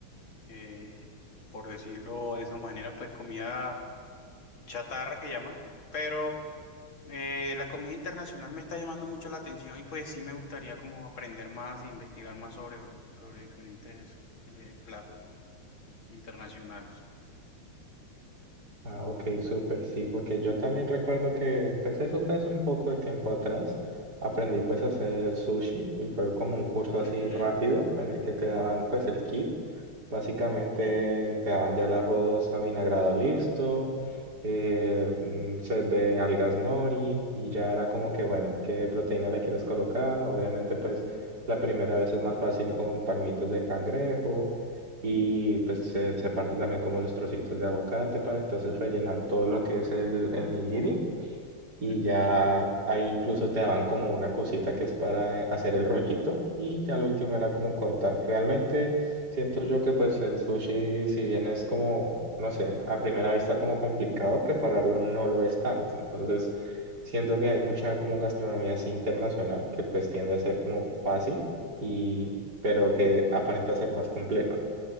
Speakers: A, on the left; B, on the right.
A: eh, por decirlo de esa manera, pues comida chatarra que llaman, pero eh, la comida internacional me está llamando mucho la atención y pues sí me gustaría como aprender más e investigar más sobre los, sobre diferentes eh, platos internacionales.
B: Ah, ok, súper, sí, porque yo también recuerdo que, pues eso fue hace un poco de tiempo atrás, aprendí pues a hacer sushi y fue como un curso así
A: Ujú,
B: rápido en el que te daban pues el kit, básicamente te daban ya el arroz avinagrado listo, eh, un set de algas nori y ya era como que, bueno, qué proteína le quieres colocar, obviamente pues la primera vez es más fácil con palmitos de cangrejo y pues se, se parte también como los trocitos de aguacate para entonces rellenar todo lo que es el, el nigiri y
A: ujú,
B: ya ahí incluso te daban como una cosita que es para eh, hacer el rollito y ya lo último era como cortar. Realmente siento yo que pues el sushi si bien es como, no sé, a primera vista como complicado prepararlo no lo es tanto, entonces siento que hay mucha como gastronomía así internacional que pues tiende a ser como fácil y pero que aparenta ser más compleja.